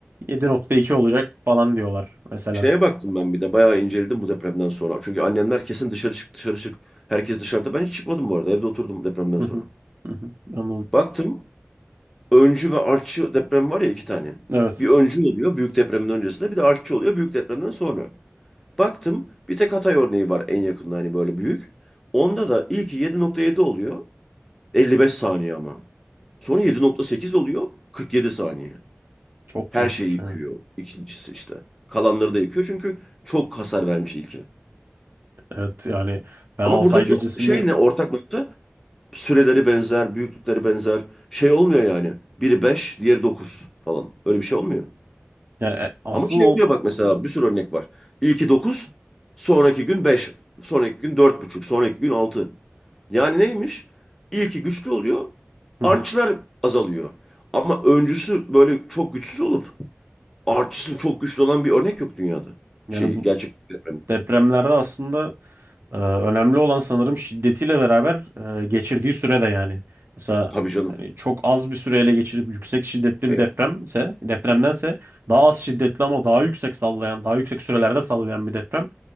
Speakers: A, on the right (about 60°); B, in the centre.
A: yedi nokta iki olacak falan diyorlar mesela.
B: Şeye baktım ben bir de bayağı inceledim bu depremden sonra. Çünkü annemler kesin dışarı çık dışarı çık. Herkes dışarıda. Ben hiç çıkmadım bu arada. Evde oturdum depremden
A: Hı
B: sonra.
A: hı. Hı hı. Anladım.
B: Baktım öncü ve artçı deprem var ya iki tane.
A: Evet.
B: Bir öncü oluyor büyük depremin öncesinde bir de artçı oluyor büyük depremden sonra. Baktım bir tek Hatay örneği var en yakında hani böyle büyük. Onda da ilki 7.7 oluyor. 55 saniye ama. Sonra 7.8 oluyor 47 saniye.
A: Çok
B: Her
A: korkunç.
B: şeyi yıkıyor.
A: yani.
B: İkincisi işte. Kalanları da yıkıyor çünkü çok hasar vermiş ilki.
A: Evet yani ben Altay
B: Ama buradaki
A: gecesini
B: şey ne ortak nokta? Süreleri benzer, büyüklükleri benzer. Şey olmuyor yani. Biri 5 diğeri 9 falan. Öyle bir şey olmuyor.
A: yani e, asıl
B: Ama şey
A: o-
B: oluyor bak mesela bir sürü örnek var. İlki dokuz sonraki gün beş sonraki gün dört buçuk sonraki gün altı Yani neymiş? İlki güçlü oluyor,
A: Hı
B: artçılar
A: hı.
B: azalıyor. Ama öncüsü böyle çok güçsüz olup Artısı çok güçlü olan bir örnek yok dünyada.
A: yani
B: Şeyi
A: bu
B: gerçek bir deprem.
A: depremlerde aslında Ee, önemli olan sanırım şiddetiyle beraber e, geçirdiği süre de yani. Mesela
B: Tabii canım.
A: hani çok az bir süreyle geçirip yüksek şiddetli
B: E,
A: bir depremse, depremdense daha az şiddetli ama daha yüksek sallayan, daha yüksek sürelerde sallayan bir deprem